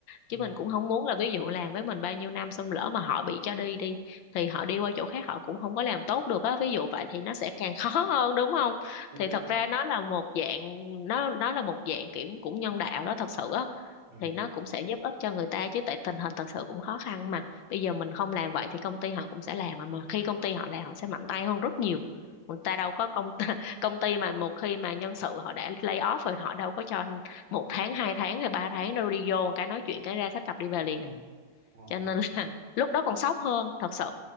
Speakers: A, on the right; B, on the left.
A: Ừ.
B: chứ mình cũng không muốn là ví dụ làm với mình bao nhiêu năm xong lỡ mà họ bị cho đi đi thì họ đi qua chỗ khác họ cũng không có làm tốt được á ví dụ vậy thì nó sẽ càng <laughs> khó hơn đúng không
A: Như
B: thì
A: thế
B: thật ra nó là một dạng nó nó là một dạng kiểu cũng nhân đạo đó thật sự á
A: ừ.
B: thì nó cũng sẽ giúp ích cho người ta chứ tại tình hình thật sự cũng khó khăn mà bây giờ mình không làm vậy thì công ty họ cũng sẽ làm mà mà khi công ty họ làm họ sẽ mạnh tay hơn rất nhiều người ta đâu có công <laughs> công ty mà một khi mà nhân sự họ đã lay off rồi họ đâu có cho một tháng hai tháng hay ba tháng đâu đi vô một cái nói chuyện cái ra xách cặp đi về liền à
A: Ờ.
B: cho nên là <laughs> lúc đó còn sốc hơn thật sự